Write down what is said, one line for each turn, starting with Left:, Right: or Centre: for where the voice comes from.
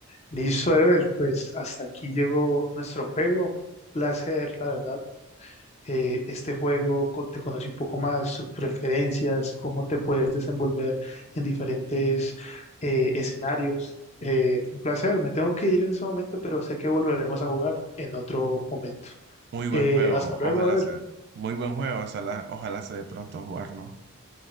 Left: Listo, Ever, pues hasta aquí llegó nuestro juego placer, la verdad, eh, este juego, co- te conocí un poco más, sus preferencias, cómo te puedes desenvolver en diferentes eh, escenarios. Eh, un placer, me tengo que ir en ese momento, pero sé que volveremos a jugar en otro momento.
Right: muy buen
Left: Eh,
Right: juego.
Left: hasta luego,
Right: Ojalá
Left: Ever.
Right: se, muy buen juego. Ojalá, ojalá se de pronto jugarlo